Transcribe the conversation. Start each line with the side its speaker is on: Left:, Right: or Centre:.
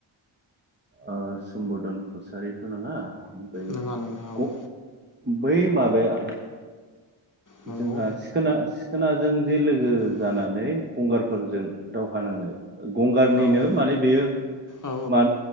Right: ओ सुम्बुदन कसारिथ' नङा ओमफ्राय
Left: नङा नङा औ
Right: बै माबाया
Left: नंगौ
Right: जोंहा सि खोना सिखोनाजों जे लोगो
Left: औ
Right: जानानै गंगारफोरजों दावहा नांनाय गंगारनिनो
Left: औ
Right: माने बेयो
Left: औ
Right: मा